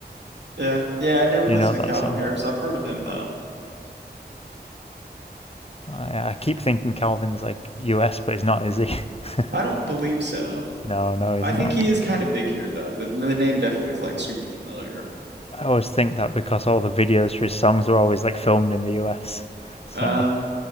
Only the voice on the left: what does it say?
Do
you know that
song?
Oh, I, I keep thinking Calvin's like US, but he's not, is he? <laughs>
no, no, he's
not.
I always think that because all the videos for his songs are always like filmed in the US.
So